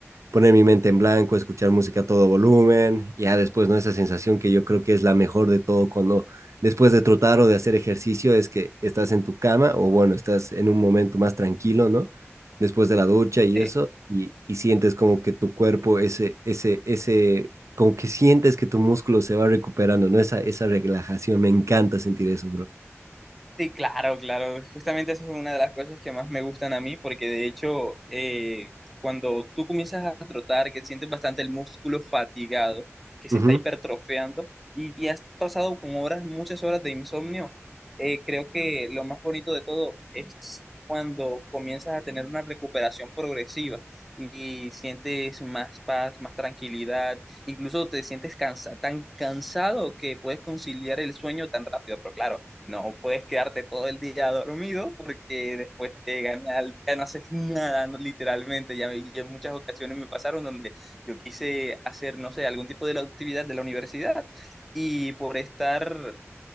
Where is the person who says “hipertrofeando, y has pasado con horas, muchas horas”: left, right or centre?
Centre